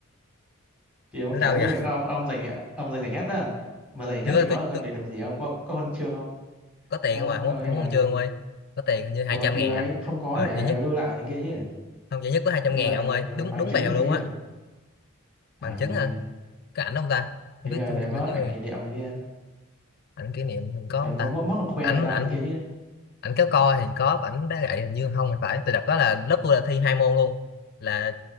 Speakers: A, on the left; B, in the centre.
A: <laughs>
B: thì ông
A: tới
B: kể
A: đâu
B: tới
A: nhỉ
B: việc ông ông giành ông giành giải nhất á mà giành giải
A: Đứa
B: nhất thì có
A: tôi, tôi
B: để được gì ông có có huân chương không
A: có tiền
B: có
A: không à, không
B: ờ,
A: có,
B: hay
A: không
B: là
A: có huân chương
B: gì
A: ông ơi. Có tiền hình như
B: ủa
A: hai trăm
B: kỳ
A: ngàn
B: vậy
A: à.
B: không có
A: Ờ,
B: để
A: vậy nhất,
B: lưu lại này kia chứ
A: không, vậy nhất có hai trăm
B: lưu
A: ngàn
B: lại
A: à, ông ơi.
B: ờ,
A: Đúng
B: bằng
A: đúng
B: chứng
A: bèo
B: này
A: luôn
B: kia chứ
A: á.
B: trời
A: Bằng chứng
B: ơi
A: hả? Cái ảnh ông ta? Không
B: cái
A: biết,
B: như là
A: thôi,
B: để
A: hình
B: có
A: như
B: ảnh kỷ niệm này kia
A: ảnh kỷ niệm mình có
B: để
A: không
B: mất
A: ta?
B: mất còn khoe
A: Ảnh,
B: người ta
A: ảnh,
B: này kia chứ
A: ảnh kéo co thì có, còn ảnh đá gậy hình như không thì phải. Từ đợt đó là lớp tôi là thi hai môn luôn. Là